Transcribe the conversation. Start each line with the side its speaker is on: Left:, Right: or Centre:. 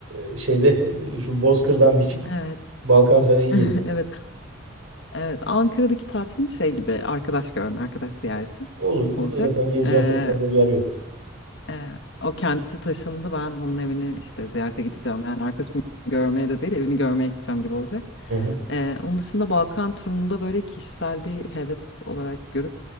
Right: E, şeyde <laughs> e, şu Bozkır'dan bir çık.
Left: evet.
Right: Balkan sana iyi
Left: <laughs>
Right: gelir.
Left: Evet Evet, Ankara'daki tatilim şey gibi arkadaş görme, arkadaş ziyareti
Right: Olur.
Left: olacak.
Right: Burada zaten gezeceğin
Left: Ee,
Right: çok fazla bir yer yok.
Left: e, o kendisi taşındı. Ben onun evini işte ziyarete gideceğim. Yani arkadaşımı görmeye de değil, evini görmeye gideceğim gibi olacak.
Right: Hı hı.
Left: Ee, onun dışında Balkan turunda böyle kişisel bir heves olarak görüp